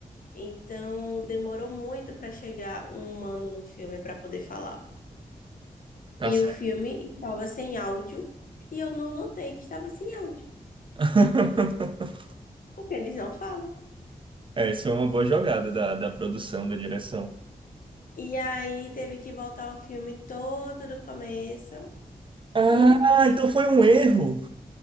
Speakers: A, on the left; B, on the right.
A: Então demorou muito para chegar um humano no filme para poder falar.
B: Tá
A: E
B: certo.
A: o filme estava sem áudio e eu não notei que estava sem áudio,
B: <laughs>
A: porque eles não falam.
B: É, isso é uma boa jogada da, da produção, da direção.
A: E aí teve que voltar o filme todo do começo,
B: Ah,
A: porque
B: então foi um erro.